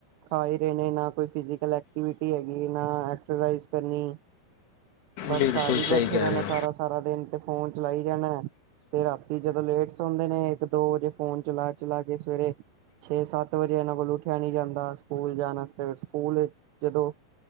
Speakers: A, on the right; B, on the left.
A: ਖਾ ਹੀ ਰਹੇ ਨੇ ਨਾ ਕੋਈ ਫਿਜ਼ੀਕਲ ਐਕਟੀਵਿਟੀ ਹੈਗੀ, ਨਾ ਐਕਸਰਸਾਈਜ਼ ਕਰਨੀ। ਬਸ
B: ਬਿਲਕੁਲ
A: ਘਰ ਹੀ
B: ਸਹੀ
A: ਬੈਠੇ
B: ਕਹਿ
A: ਰਹਿਣਾ
B: ਰਹੇ ਹੋ
A: ਸਾਰਾ ਸਾਰਾ ਦਿਨ ਤੇ ਫੋਨ ਚਲਾਈ ਜਾਣਾ ਤੇ ਰਾਤੀ ਜਦੋਂ ਲੇਟ ਸੋਂਦੇ ਨੇ ਇੱਕ ਦੋ ਵਜੇ ਫੋਨ ਚਲਾ ਚਲਾ ਕੇ ਸਵੇਰੇ, ਛੇ ਸੱਤ ਵਜੇ ਇਹਨਾਂ ਕੋਲ ਉੱਠਿਆ ਨਹੀਂ ਜਾਂਦਾ, ਸਕੂਲ ਜਾਣ ਵਾਸਤੇ ਸਕੂਲ ਜਦੋਂ